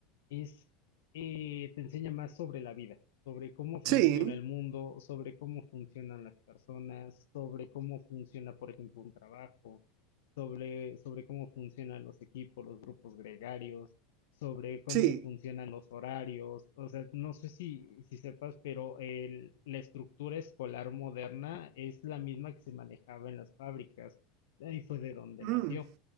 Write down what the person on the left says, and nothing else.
es, eh, te enseña más sobre la vida, sobre cómo funciona
el mundo, sobre cómo funcionan las personas, sobre cómo funciona, por ejemplo, un trabajo, sobre, sobre cómo funcionan los equipos, los grupos gregarios, sobre cómo
funcionan los horarios. O sea, no sé si, si sepas, pero el- la estructura escolar moderna es la misma que se manejaba en las fábricas. Ahí fue de donde
nació.